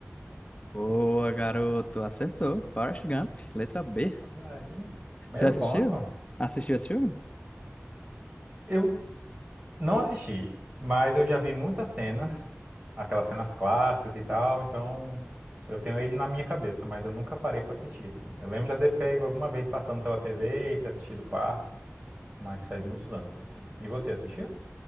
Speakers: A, on the left; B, on the right.
A: Boa, garoto. Acertou. Forrest Gump, letra B.
B: Aí, primeiro
A: Você assistiu?
B: ponto.
A: Assistiu esse filme?
B: Eu não assisti, mas eu já vi muitas cenas, aquelas cenas clássicas e tal, então eu tenho ele na minha cabeça, mas eu nunca parei pra assistir assim. Eu lembro já de ter pego alguma vez passando pela TV e ter assistido partes, mas faz muitos anos assim. E você assistiu?